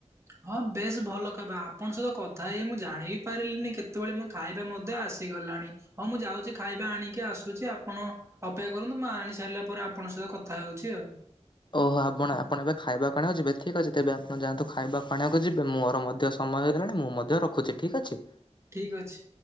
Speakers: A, on the right; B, on the left.
A: ହଁ ବେଶ ଭଲ ଖହବା ଆପଣଙ୍କ ସହିତ କଥା ହେଇ ମୁଁ ଜାଣିବ ବି ପାରିଲିନି କେତେବେଳେ ମୋ ଖାଇବା ମଧ୍ୟ ଆସିଗଲାଣି ହଁ ମୁଁ ଯାଉଛି ଖାଇବା ଆଣିକି ଆସୁଛି ଆପଣ ଅପେକ୍ଷା କରନ୍ତୁ ମୁଁ ଆଣି ସାରିଲା ପରେ ଆପଣଙ୍କ ସହିତ କଥା ହେଉଛି ଆଉ।
B: ଓହୋ ଆପଣ ଆପଣ ଏବେ ଖାଇବା କଣିବାକୁ ଯିବେ ଠିକ୍ ଅଛି ତେବେ ଆପଣ ଯାଆନ୍ତୁ ଖାଇବା କଣିବାକୁ ଯିବେ ମୋର ମଧ୍ୟ ସମୟ ହେଇଗଲାଣି ମୁଁ ମଧ୍ୟ ରଖୁଛି ଠିକ ଅଛି।
A: ଠିକ ଅଛି।